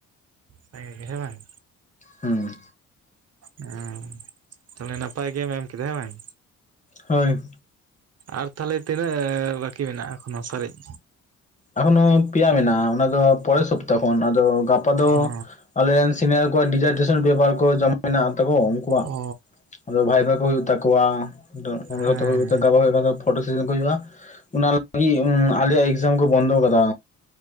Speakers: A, on the right (about 55°); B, on the left (about 25°).
A: ᱵᱷᱟᱜᱮ ᱜᱮ ᱦᱮᱸ ᱵᱟᱝ?
B: ᱦᱩᱸ᱾
A: ᱚᱸ ᱛᱟᱦᱚᱞᱮ ᱱᱟᱯᱟᱭ ᱜᱮᱢ ᱮᱢ ᱠᱮᱫᱟ ᱦᱮᱸ ᱵᱟᱝ?
B: ᱦᱳᱭ᱾
A: ᱟᱨ ᱛᱟᱦᱚᱞᱮ ᱛᱤᱱᱟᱹᱜᱻ ᱵᱟᱹᱠᱤ ᱢᱮᱱᱟᱜᱼᱟ ᱮᱠᱷᱚᱱᱳ ᱥᱟᱨᱮᱡ?
B: ᱮᱠᱷᱚᱱᱚ ᱯᱮᱭᱟ ᱢᱮᱱᱟᱜᱼᱟ᱾ ᱚᱱᱟ ᱫᱚ ᱯᱚᱨᱮᱨ ᱥᱚᱯᱛᱟ ᱠᱷᱚᱱ ᱟᱫᱚ ᱜᱟᱯᱟ ᱫᱚ
A: ᱚ
B: ᱟᱞᱮᱨᱮᱱ ᱥᱤᱱᱤᱭᱟᱨ ᱠᱚᱣᱟᱜ ᱰᱤᱡᱟᱨᱴᱮᱥᱚᱱ ᱯᱮᱯᱟᱨ ᱠᱚ ᱡᱚᱢᱟ ᱢᱮᱱᱟᱜ ᱛᱟᱠᱚ ᱩᱱᱠᱩᱣᱟᱜ
A: ᱚ
B: ᱟᱫᱚ ᱵᱷᱟᱭᱵᱦᱟ ᱠᱚ ᱦᱳᱭᱳᱜ ᱛᱟᱠᱚᱣᱟ <unintelligible>
A: ᱦᱮᱸ
B: ᱯᱷᱳᱴᱳ ᱥᱮᱥᱮᱱ ᱠᱚ ᱦᱩᱭᱩᱜᱼᱟ, ᱚᱱᱟ ᱞᱟᱹᱜᱤᱫ ᱟᱞᱮᱭᱟᱜ ᱮᱠᱥᱡᱟᱢ ᱠᱚ ᱵᱚᱱᱫᱚ ᱠᱟᱫᱟ᱾